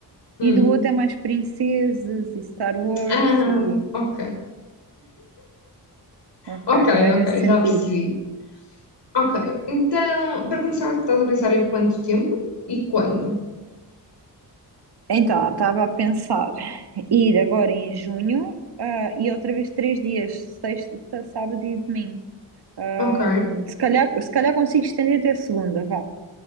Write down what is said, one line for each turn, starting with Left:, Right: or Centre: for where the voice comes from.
Left: Hum.
Right: e do outro é mais princesas e Star Wars
Left: Ah,
Right: e
Left: ok.
Right: ok,
Left: Ok,
Right: mais
Left: ok,
Right: nesse sentido.
Left: já percebi. Ok, então, para começar, estás a pensar em quanto tempo e quando?
Right: Então, estava a pensar ir agora em junho, ah, e outra vez três dias, sexta, sábado e domingo. Ahm,
Left: Ok,
Right: se calhar, se calhar consigo estender até segunda, vá.